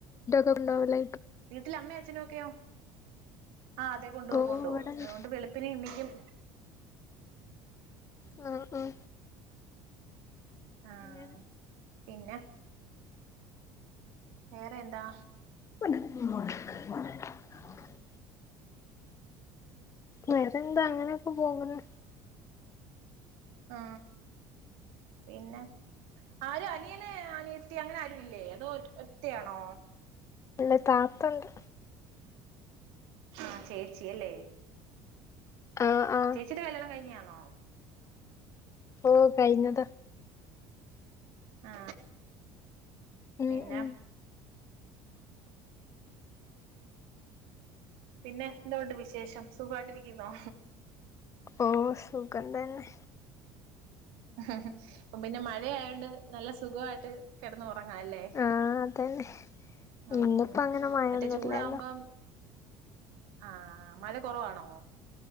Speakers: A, on the left; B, on the right.
A: കംണ്ടാവൂലെ
B: വീട്ടിൽ അമ്മയും അച്ഛനും ക്കെയോ ആഹ് അതെ കൊണ്ടു
A: ഓ
B: പോകും കൊണ്ടോവും
A: ഇവടെ
B: ആവോണ്ട് വെളുപ്പിന് എനിക്കും
A: ആഹ് ആഹ്
B: ആഹ്
A: അങ്ങനെ
B: പിന്നെ വേറെ എന്താ
A: വ <inaudible> വേറെന്താ അങ്ങനെയൊക്കെ പോക്ന്ന്
B: ആ പിന്നെ ആരും അനിയനെ അനിയത്തി അങ്ങനെ ആരു ഇല്ലേ അതോ ഒറ്റയാണോ
A: അല്ല താത്തണ്ട്
B: ആ ചേച്ചിയല്ലേ
A: ആഹ് ആഹ്
B: ചേച്ചിടെ കല്യാണം കഴിഞ്ഞാ ആഹ്
A: ഓ കൈഞ്ഞത
B: ആ
A: ഉം
B: പിന്നെ
A: ഉം
B: പിന്നെ എന്തൊണ്ട് വിശേഷം സുഖായിട്ടിരിക്കുന്നോ
A: ഓ സുഖം തന്നെ
B: ഹ ഹ പി ഇപ്പം പിന്നെ മഴയായോണ്ട് നല്ല സുഖായിട്ട് കിടന്ന് ഒറ ഉറങ്ങാല്ലേ
A: ആഹ് അതന്നെ
B: ഉം
A: ഇന്നിപ്പോ
B: ഉം
A: അങ്ങനെ മഴൊന്നുംല്ലല്ലോ
B: മറ്റേ ചൂടാകുമ്പം ആഹ് മഴ കുറവാണോ